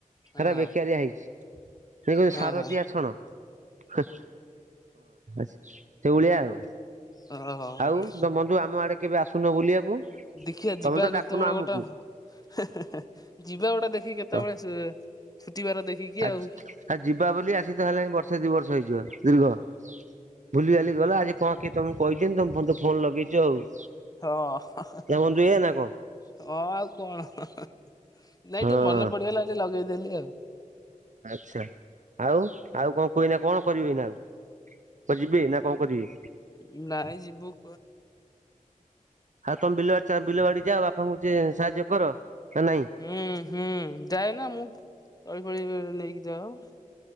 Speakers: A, on the left; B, on the right.
A: ହଁ
B: ହେରା ବେକାରିିଆ ହେଇଛି। ସେ କହୁଛି
A: ହଁ
B: ସାର ଦିଆ ଛଣ। ହଁ ସେ ଭଳିଆ ଆଉ
A: ହଁ ଓହୋ
B: ଆଉ
A: ହୋ
B: ତ ବନ୍ଧୁ ଆମ ଆଡେ କେବେ ଆସୁ ଶୁନ ବୁଲିବାକୁ?
A: ଦେଖିବା
B: ତମେ
A: ଯିବା
B: ତ
A: କେତେବେଳେ
B: ଡାକୁନ ଆମକୁ
A: ଗୋଟେ ହେ ହେ ହେ ଯିବା ଗୋଟେ ଦେଖ କେତେବେଳେ
B: ତ
A: ସେ ଛୁଟିବାର ଦେଖିକି
B: ଆ
A: ଆଉ
B: ଆ ଯିବା ବୋଲି ଆସି ତ ହେଲେଣି ବର୍ଷେ ଦି ବର୍ଷ ହେଇଯିବ ଦୀର୍ଘ। ଭୁଲି ବାଲି ଗଲ ଆଜି କଣ କିଏ ତମକୁ କହିଛନ୍ତି ତମ ମତେ ଫୋନ ଲଗେଇଛ ଆଉ।
A: ହଁ ହଁ
B: ନା ବନ୍ଧୁ ଏଇଆ ନା କଣ
A: ଆଉ କଣ। ନାଇଁ
B: ହଁ
A: ଟିକେ ମନେ ପଡିଗଲା ଆଜି ଲଗେଇଦେଲି ଆଉ।
B: ଆଚ୍ଛା ଆଉ ଆଉ କଣ କୁହ ଏଇନା କଣ କରିବି ଏଇନା ଆଉ? କୁଆଡେ ଯିବେ ନା କଣ କରିବେ?
A: <inaudible> ନାଇ ଯିବୁ
B: ଆଉ ତମେ ବିଲବାଡ଼ି ବିଲବାଡି ଯାଅ ବାପାଙ୍କୁ ଯେ ସାହାଯ୍ୟ କର? ନା ନାଇଁ
A: ହୁଁ ହୁଁ ଯାଏ ନା ମୁଁ ତଳି ଫଳି ନେଇକି ଯାଏ ଆଉ।